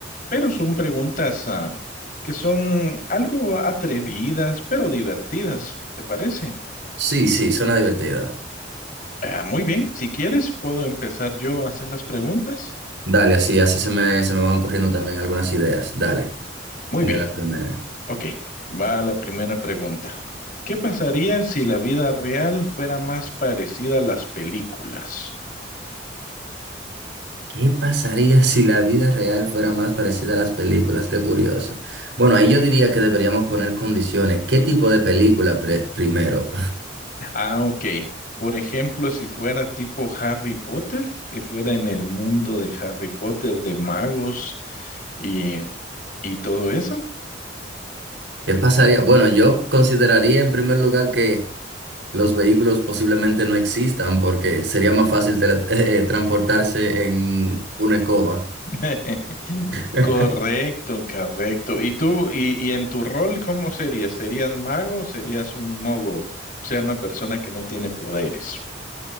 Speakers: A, on the left (about 45°); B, on the right (about 75°).
A: pero son preguntas ah, que son algo atrevidas, pero divertidas, ¿te parece?
B: Sí, sí, suena divertido.
A: Ah, muy bien, si quieres puedo empezar yo a hacer las preguntas.
B: Dale, así, así se me, se me van ocurriendo también algunas ideas. Dale,
A: Muy
B: de
A: bien.
B: la primera.
A: Ok, va la primera pregunta. ¿Qué pasaría si la vida real fuera más parecida a las películas?
B: ¿Qué pasaría si la vida real fuera más parecida a las películas? Qué curioso. Bueno, ahí yo diría que deberíamos poner condiciones. ¿Qué tipo de película pre- primero?
A: Ah, ok. Por ejemplo, si fuera tipo Harry Potter, que fuera en el mundo de Harry Potter, de magos y, y todo eso.
B: <laughs> ¿Qué pasaría? Bueno, yo consideraría en primer lugar que los vehículos posiblemente no existan porque sería más fácil tele- <laughs> eh, eh, transportarse en una escoba.
A: <laughs>
B: <laughs>
A: Correcto, correcto. ¿Y tú, y, y en tu rol, cómo serías? ¿Serías mago o serías un mogul? O sea, una persona que no tiene poderes.